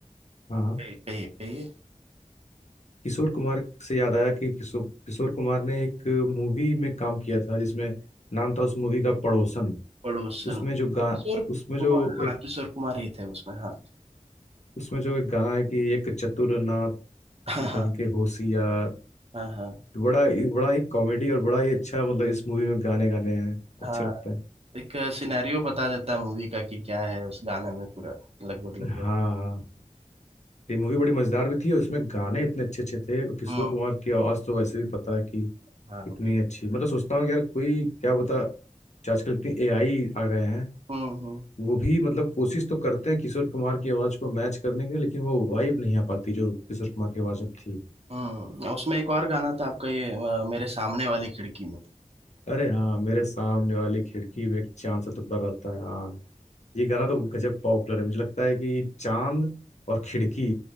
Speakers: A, on the left (about 60°); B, on the right (about 50°).
A: हाँ हाँ,
B: कहिए कहिए कहिए,
A: किशोर कुमार से याद आया कि किशोर किशोर कुमार ने एक मूवी में काम किया था जिसमें नाम था उस मूवी का पड़ोसन
B: पड़ोसन
A: उसमें जो गा
B: किशोर
A: उसमें
B: कुमार
A: जो
B: हाँ
A: एक
B: किशोर कुमार ही थे उसमें हाँ
A: उसमें जो एक गाना है कि एक चतुर नाथ
B: हाँ हाँ
A: बन के होशियार
B: हाँ हाँ
A: बड़ा बड़ा ही कॉमेडी और बड़ा ही अच्छा मतलब इस मूवी में गाने गाने हैं
B: हाँ।
A: अच्छा लगता है
B: एक सिनेरियो बता देता है मूवी का कि क्या है उस गाने में पूरा लगभग लगभग
A: हाँ ये मूवी बड़ी मजेदार भी थी और इसमें गाने इतने अच्छे अच्छे थे और किशोर
B: हम्म
A: कुमार की आवाज तो वैसे भी पता है कि
B: हाँ बिल्कुल
A: इतनी अच्छी मतलब सोचता हूँ कि यार कोई क्या बता आजकल इतनी एआई आ गए हैं
B: हम्म हम्म
A: वो भी मतलब कोशिश तो करते हैं किशोर कुमार की आवाज को मैच करने की लेकिन वो वाइब नहीं आ पाती जो किशोर कुमार की आवाज में थी
B: हम्म और उसमें एक और गाना था आपका ये अ, मेरे सामने वाली खिड़की में
A: अरे हाँ मेरे सामने वाली खिड़की में एक चांद सा टुकड़ा रहता है हाँ ये गाना तो गजब पॉपुलर है मुझे लगता है कि चांद और खिड़की